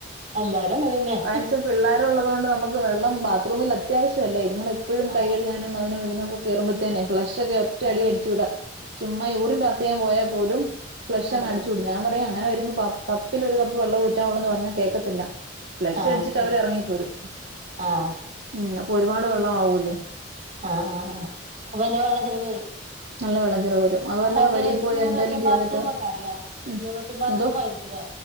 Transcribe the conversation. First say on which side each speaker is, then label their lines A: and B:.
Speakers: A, on the right (about 40°); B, on the right (about 55°).
A: എല്ലാരും അങ്ങനെന്നെ
B: അതിനുശേഷം പിള്ളേർ ഉള്ളതു കൊണ്ട് നമുക്ക് വെള്ളം ബാത്റൂമിൽ അത്യാവശ്യല്ലേ ങ്ങള എപ്പോഴും
A: ആഹ്
B: കൈ കഴുകാനും അതിനോ ഇതിനോ കേയറുമ്പഴത്തേെ ഫ്ലഷ് ഒക്കെ ഒറ്റ
A: ആഹ്
B: അടി അടിച്ചു വിടാ ചുമ്മാ പാസ് യ്യാൻ പോയ പോലും ഫ്ലഷ് അങ്
A: ആഹ്
B: അടിച്ചുൂടും ഞാൻ പറ അങ്ങനെ വരുമ്പോ കപ്പില് ഒരു കപ്പ് വെള്ളം ഊറ്റാവുള്ള എന്ന് പറഞ്ഞാ കേൾക്കത്തില്ല ഫ്ലഷ്ടിച്ചട്ട്
A: ആഹ്
B: അവർ ഇറങ്ങിപ്പോരും
A: ആഹ്
B: ഉം പോരും ഒരുപാട് വെള്ളം ആവൂല്ലേ
A: ആഹ് ആ ആഹ് അപ്പൊ നല്ലോം വെള്ള ചെലവ് വരും
B: നല്ല വെള്ളച്ചെലവ് വരും അതല്ല
A: ആ മറ്റേ
B: വെളിൽ പോയി
A: യൂറോപ്യൻ
B: എന്തേലും ചെയ്തിട്ട്
A: ബാത്റൂം വെക്കാറില്ലേ
B: ഉം
A: യൂറോപ്യൻ ബാത്റൂം
B: എന്തോ
A: ആയിരിക്കുംല്ലേ